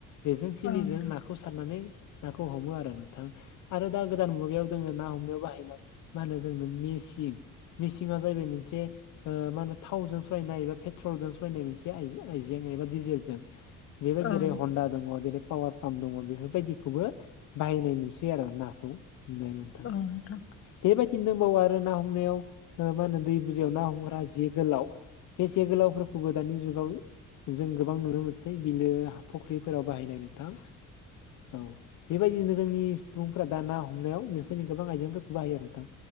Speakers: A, on the left; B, on the left.
A: बेजों सिलिजों
B: नोंथां औ नोंथां औ नोंथां
A: नाखौ खौ सारनानै नाखौ हमो आरो नोंथाङा आरो दा गोदान मुगायाव दोङो ना हमनायाव बाहायनाय मा होनो जोंनो मिसिं मिसिं जाहैबाय मोनसे ओ मा होनो थावजों सलायनाय एबा पेट्रलजों सलायनाय मोनसे आइजें आइजें एबा डिजेलजों बेबायदि
B: औ
A: जेरै
B: नोंथां औ नोंथां
A: हन्दा दङ जेरै पावार पाम्प दङ बेफोरबायदिखौबो बाहायनाय नुसै आरो नाखौ <unintelligible>
B: औ नोंथां
A: बेबायदिनो दंबावो आरो ना हमनायाव ओ मा होनो दै बुजायाव ना हमग्रा जे गोलाव‌। बे जे गोलावफोरखौबो दानि जुगाव जों गोबां नुनो मोनसै बिलो फख्रिफोराव बाहायनाय नोंथां। औ बेबायदिनो जोंनि सुबुंफोरा दा ना हमनायाव बेफोरनो गोबां आइजेंफोर बाहायो आरो नोंथां